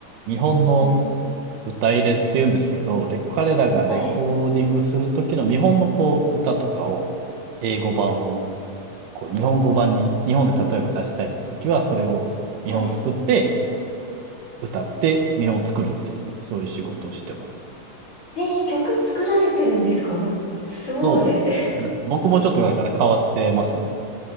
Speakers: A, on the right (about 80°); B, on the left (about 25°).
A: 見本の
B: え
A: 歌入れっていうんですけど、レ彼らがレコーディングする時の見本のこう、
B: はい。
A: 歌とかを、英語版を、こう、日本語版に、日本で例えば出したいって時は、それを、見本を作って、
B: はい。
A: 歌って、見本を作るっていう、そういう仕事をしてます。
B: えー曲作られてるんですか <laughs> すごい。
A: そうですね。
B: <laughs>
A: だから僕もちょっとだから変わってますね。